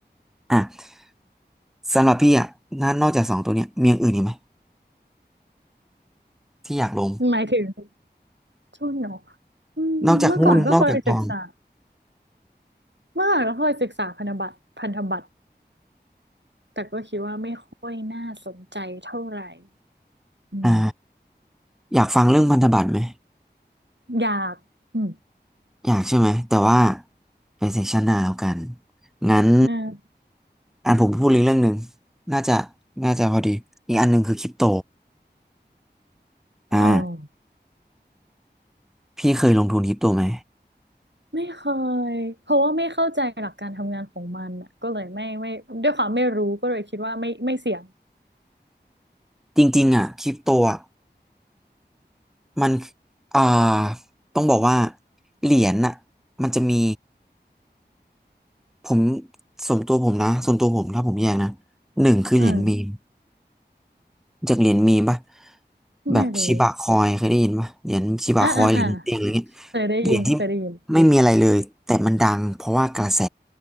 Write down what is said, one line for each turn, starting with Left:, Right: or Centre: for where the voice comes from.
Centre: อ่ะ สำหรับพี่อ่ะนนอกจากสองตัวเนี้ยมีอย่างอื่นอีกไหมที่อยากลง
Right: หมายถึงทุนเนาะอืมเมื่อก่อนก็เคยศึกษา
Centre: นอกจากหุ้นนอกจากทอง
Right: เมื่อก่อนก็เคยศึกษาพันธบัตรพันธบัตรแต่ก็คิดว่าไม่ค่อยน่าสนใจเท่าไหร่อืม
Centre: อ่าอยากฟังเรื่องพันธบัตรไหม
Right: อยากอืม
Centre: อยากใช่ไหม แต่ว่าไปเซสชันหน้าแล้วกัน งั้น
Right: นะ
Centre: อันผมพูดอีกเรื่องหนึ่งน่าจะ น่าจะพอดี อีกอันหนึ่งคือคริปโต
Right: เออ
Centre: อ่า พี่เคยลงทุนคริปโตไหม
Right: ไม่เคยเพราะว่าไม่เข้าใจหลักการทำงานของมันอะก็เลยไม่ไม่ด้วยความไม่รู้ก็เลยคิดว่าไม่ไม่เสี่ยง
Centre: จริงๆอ่ะคริปโตอ่ะมัน อ่าต้องบอกว่าเหรียญน่ะมันจะมีผมส่วนตัวผมนะส่วนตัวผมถ้าผมแยกนะหนึ่งคือเหรียญมีม
Right: อืม
Centre: จากเหรียญมีมปะ
Right: ไม่รู้
Centre: แบบชิบะคอยเคยได้ยินปะเหรียญชิบะคอยเหรียญเตยงอะไรเงี้ย
Right: อ่าอ่าอ่าเคยได้ยินเคยได้ยิน
Centre: เหรียญที่ไม่มีอะไรเลยแต่มันดังเพราะว่ากระแส